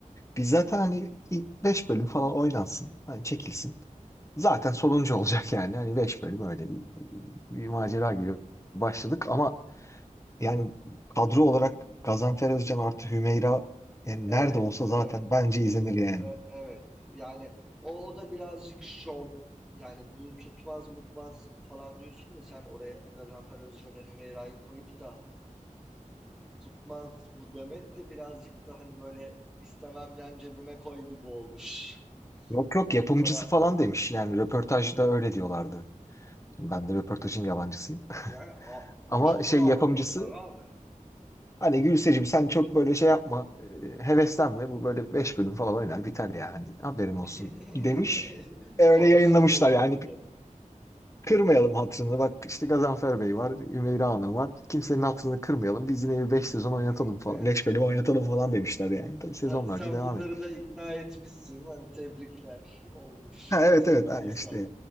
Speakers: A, on the left; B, in the centre.
A: Biz zaten hani 5 bölüm falan oynansın. Hani çekilsin. Zaten sonuncu olacak yani. Hani 5 bölüm öyle bir, bir macera gibi başladık ama yani kadro olarak Gazanfer Özcan artı Hümeyra yani
B: evet,
A: nerede olsa zaten
B: evet.
A: bence izlenir yani.
B: E- Evet yani o, o da birazcık şov yani bu tutmaz mutmaz falan diyorsun da sen oraya Gazanfer Özcan'ı Hümeyra'yı koyup da tutmaz bu demek de birazcık da hani böyle istemem yan cebime koy gibi olmuş.
A: Yok yok
B: Hani
A: yapımcısı
B: bu kadar
A: falan demiş. Yani röportajda öyle diyorlardı. Ben de röportajın yalancısıyım.
B: yani a-
A: <laughs> Ama
B: a- çok
A: şey
B: ağır
A: yapımcısı
B: toplar abi.
A: Hani Gülseciğim sen çok böyle şey yapma. e, Heveslenme. Bu böyle 5 bölüm falan oynar biter yani haberin olsun
B: <laughs>
A: demiş. E, öyle
B: Kaç
A: yayınlamışlar
B: sezon oynadı.
A: yani. Kırmayalım hatırını. Bak işte Gazanfer Bey var. Ümeyra Hanım var. Kimsenin hatırını kırmayalım. Biz yine bir 5 sezon oynatalım
B: <laughs>
A: falan. 5 bölüm oynatalım falan demişler yani. Tabii sezonlarca
B: Hani sen
A: devam
B: bunları
A: etmiş.
B: da ikna etmişsin. Hani tebrikler olmuş.
A: Ha,
B: Nasıl
A: evet
B: yaptıysan
A: evet. aynı işte e,